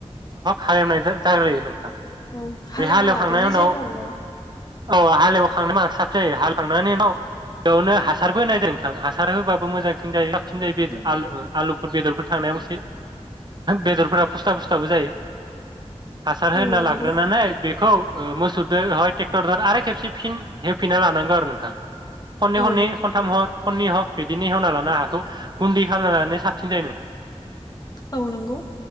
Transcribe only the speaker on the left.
औ हालेवना
लाग्रोनाय
जायो आरोना
औ
औ
नंगौ
औ
औ नंगौ